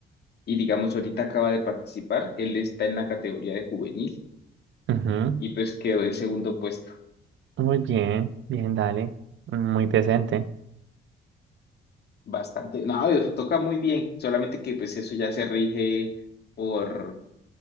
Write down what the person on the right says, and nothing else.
ujú.
Muy bien, bien, dale. Muy decente.